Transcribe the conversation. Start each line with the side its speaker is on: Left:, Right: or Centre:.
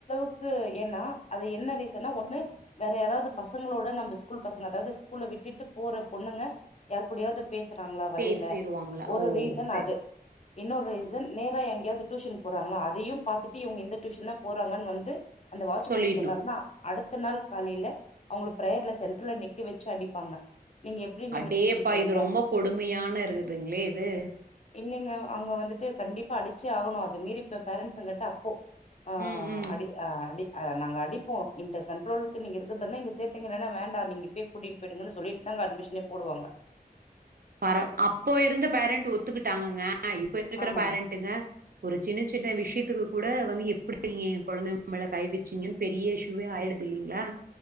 Left: கூ யக் ஏன்னா அது என்ன ரீசனா ஒண்ணு வேற யாராவது
Right: ம், ம்,
Left: பசங்களோட நம்ப கூல் பசங்க அதாது ஸ்கூல்ல விட்டுட்டு போற பொண்ணுங்க யார்க்குடயாவது
Right: ம்.
Left: பேசுறாங்களா வழியில
Right: பேசிருவாங்களா?
Left: ஒரு
Right: ஓ!
Left: ரீசன்
Right: சரி.
Left: அது இன்னொரு
Right: ம்.
Left: ரீசன் நேரா எங்கயாவது டியூஷனுக் போறாங்களா அதையும் பாத்துட்டு இங்க இந்த டியூன் தா போறாங்கன் வந்து அந்த வாட்சமேன்
Right: சொல்லிடணும்.
Left: சொன்னாருன்னா அடுத்த நாள் காலையில அவங்க பிரேயர்ல சென்ட்ர்ல நிக்க வச் அடிப்பாங்க நீங்க எப்படி நீங்க
Right: அடேப்பா
Left: டியூஷன் போனீங்க
Right: இது ரொம்ப கொடுமையான இருக்குதுங்களே இது
Left: இல்லைங்க அங்க வந்துட்டு கண்டிப்பா அடிச்சே ஆகணும் அது மீறி இப்ப பேரண்ட்ஸ் க அப்போ ஆ
Right: ம், ம்.
Left: அடி அ அடி அ நாங்க அடிப்போ இந்த கண்ட்ரோலுக்கு நீங்க இருக்குறதானே இங்க சேத்துங்க இல்லனா வேண்டா நீங்க இப்பயே கூட்டிட்டு போய்டுங்கனு சொல்லிட்டு தா அங்க அட்மிஷனே போடுவாங்க
Right: பர அப்போ இருந்த பேரண்ட் ஒத்துக்கிட்டாங்கங்க ஆ இப்ப இருக்கிற
Left: ஆமாங்க
Right: பேரண்ட்டுங்க ஒரு சின்ன சின்ன விஷயத்துக்கு கூட வந்து எப்டி ஏ குழந்த மேல கை வச்சீங்கன் பெரிய இஷ்யூவே ஆயிடுத்து இல்லிங்களா